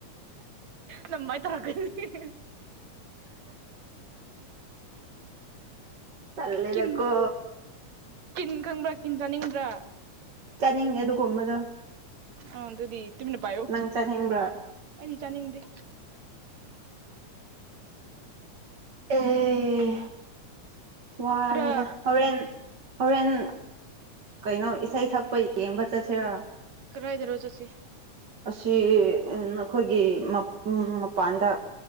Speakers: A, on the right (about 60°); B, on the right (about 35°).
A: ꯅꯝꯃꯥꯏ ꯇꯧꯔꯒꯅꯤ
B: ꯇꯂꯦꯗꯀꯣ
A: ꯀꯤꯟ ꯀꯤꯟ ꯈꯪꯕ꯭ꯔꯥ ꯀꯤꯟ ꯆꯥꯅꯤꯡꯕ꯭ꯔꯥ
B: ꯆꯠꯅꯤꯡꯉꯦ ꯑꯗꯨꯀꯨꯝꯕꯗꯣ
A: ꯑꯥ ꯑꯗꯨꯗꯤ ꯇꯨꯃꯤꯟꯅ ꯄꯥꯏꯌꯣ
B: ꯆꯠꯅꯤꯡꯕ꯭ꯔꯥ
A: ꯑꯩꯗꯤ ꯆꯥꯅꯤꯡꯗꯦ
B: ꯑꯦ ꯋꯥꯔꯦꯗ
A: ꯈꯔ
B: ꯍꯣꯔꯦꯟ ꯍꯣꯔꯦꯟ ꯀꯩꯅꯣ ꯏꯁꯩ ꯁꯛꯄ ꯌꯦꯡꯕ ꯆꯠꯁꯤꯔ
A: ꯀꯗꯥꯏꯗꯅꯣ ꯖꯠꯁꯤ
B: ꯑꯁꯤ ꯑꯩꯈꯣꯏꯒꯤ ꯃꯄꯥꯟꯗ